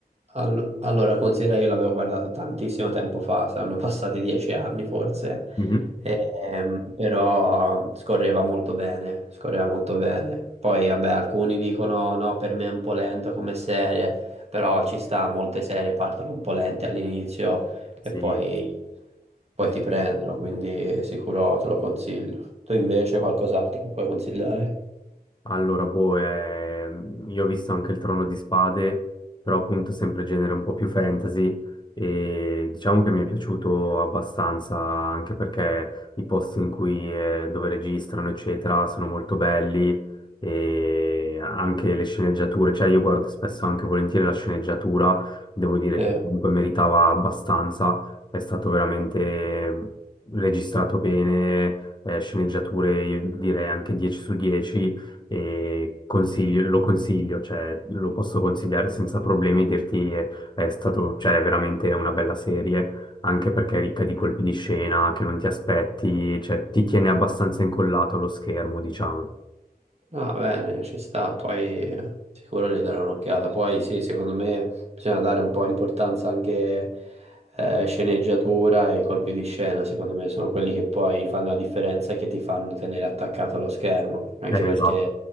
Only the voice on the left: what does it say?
Mhm.
Sì.
sì.
Allora, boh, ehm, io ho visto anche il Trono di Spade, però appunto sempre genere un po' più fantasy e diciamo che mi è piaciuto abbastanza anche perché i posti in cui, eh, dove registrano, eccetera, sono molto belli e anche le sceneggiature, cioè io guardo spesso anche volentieri la sceneggiatura, devo dire
che comunque meritava abbastanza, è stato veramente ehm, registrato bene, eh, sceneggiature, io direi anche 10 su 10 e consiglio- lo consiglio, cioè, lo posso consigliare senza problemi, dirti eh, è, stato, cioè, è veramente una bella serie, anche perché è ricca di colpi di scena che non ti aspetti, cioè, ti tiene abbastanza incollato allo schermo, diciamo.
Eh,
esatto.